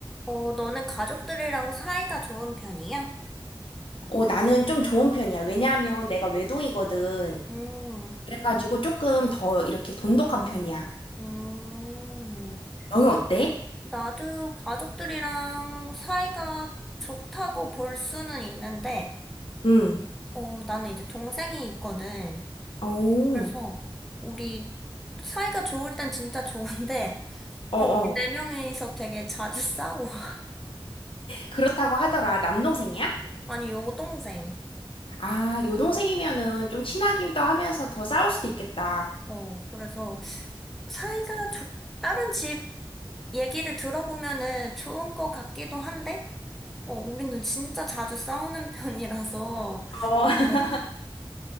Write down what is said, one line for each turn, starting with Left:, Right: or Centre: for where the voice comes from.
Centre: 어, 너는 가족들이랑 사이가 좋은 편이야?
Left: 어, 나는 좀 좋은 편이야. 왜냐하면 내가 외동이거든.
Centre: 음,
Left: 그래가지고 조금 더 이렇게 돈독한 편이야.
Centre: 음,
Left: 너는 어때?
Centre: 나도 가족들이랑 사이가 좋다고 볼 수는 있는데,
Left: 응.
Centre: 어, 나는 이제 동생이 있거든.
Left: 오,
Centre: 그래서 우리 사이가 좋을 땐 진짜 좋은데, <laughs>
Left: 어어.
Centre: 어, 우리 네 명이서 되게 자주 싸워. <laughs>
Left: 그렇다고 하더라. 남동생이야?
Centre: 아니, 여동생.
Left: 아, 여동생이면은 좀 친하기도 하면서 더 싸울 수도 있겠다.
Centre: 어, 그래서 사이가 좋, 다른 집 얘기를 들어보면은 좋은 것 같기도 한데, 어, 우리는 진짜 자주 싸우는 편이라서,
Left: 어. <laughs>
Centre: 어.